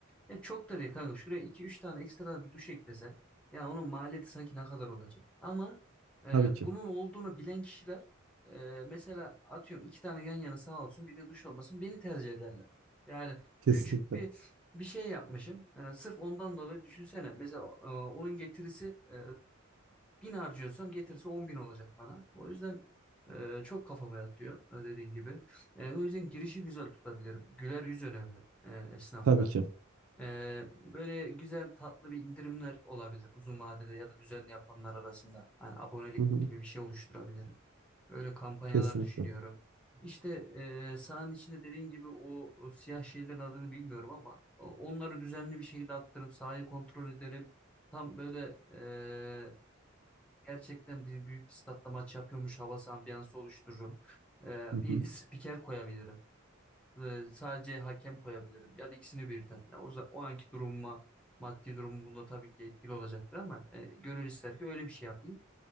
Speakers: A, in the centre; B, on the right.
A: Ya çok da değil kanka şuraya iki üç tane ekstra bir duş eklese ya onun maliyeti sanki ne kadar olacak. Ama e,
B: Tabii ki.
A: bunun olduğunu bilen kişiler ee, mesela atıyorum iki tane yan yana sağ olsun bir de duş olmasın beni tercih ederler. Yani
B: Kesinlikle.
A: küçük bir bir şey yapmışım. Ee, sırf ondan dolayı düşünsene. Mesela e, onun getirisi e, bin harcıyorsam getirisi on bin olacak bana. O yüzden e, çok kafama yatıyor e, dediğin gibi. E, o yüzden girişi güzel tutabilirim. Güler yüz önemli e, esnafta.
B: Tabii ki.
A: E, böyle güzel tatlı bir indirimler olabilir uzun vadede ya da düzenli yapanlar arasında. Hani abonelik
B: Hı hı.
A: gibi bir şey oluşturabilirim. Öyle kampanyalar
B: Kesinlikle.
A: düşünüyorum. İşte e, sahanın içinde dediğin gibi o, o siyah şeylerin adını bilmiyorum ama o- onları düzenli bir şekilde attırıp sahayı kontrol ederim. Tam böyle e, gerçekten bir büyük bir statta maç yapıyormuş havası ambiyansı oluştururum. E,
B: Hı
A: bir
B: hı.
A: spiker koyabilirim. E, sadece hakem koyabilirim ya da ikisini birden. Ya o, za- o anki durumuma maddi durumum bunda tabii ki etkili olacaktır ama e, gönül ister ki öyle bir şey yapayım.